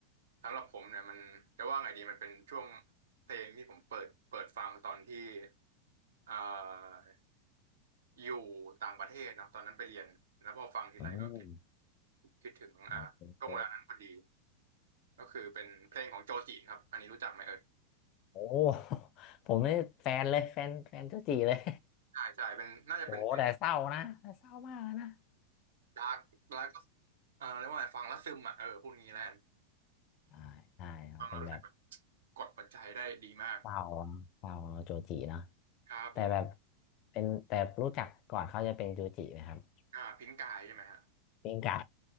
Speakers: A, on the right; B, on the left.
A: สำหรับผมเนี่ยมันจะว่าไงดีมันเป็นช่วงเพลงที่ผมเปิดเปิดฟังตอนที่อ่า อยู่ต่างประเทศเนอะตอนนั้นไปเรียนแล้วพอฟังทีไรก็
B: อืม
A: คิดถึงอ่าช่วงเวลานั้นพอดี
B: โอเค
A: ก็คือเป็นเพลงของโจจิครับอันนี้รู้จักไหมเอ่ย
B: โอ้ผมนี่แฟนเลยแฟนแฟนเจ้าจีเลย
A: ใช่ใช่เป็นน่าจะเป็น
B: <laughs> โอ้แต่เศร้านะแต่เศร้ามากเลยนะ
A: ดาร์กแล้วก็อ่าเรียกว่าไงฟังแล้วซึมอ่ะเออพูดงี้แลน
B: ใช่ใช่ครับเป็นแบบ
A: ฟังแล้วรู้สึกแบบกดหัวใจได้ดีมาก
B: เปล่าเปล่าโจจิเนาะ
A: ครับผม
B: แต่แบบเป็นแต่รู้จักก่อนเขาจะเป็นจูจินะครับ
A: อ่าพิงกายใช่ไหมฮะ
B: ปิ้งไก่